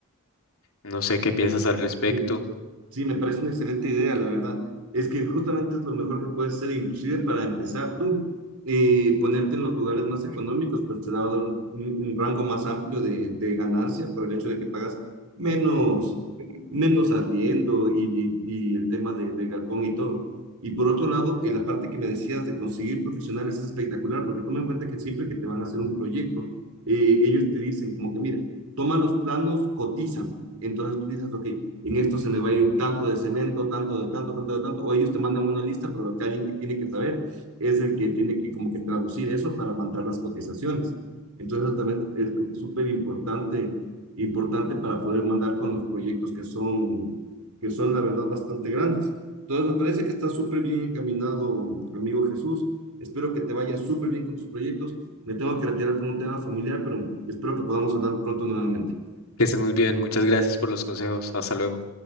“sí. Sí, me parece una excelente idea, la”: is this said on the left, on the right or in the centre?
Right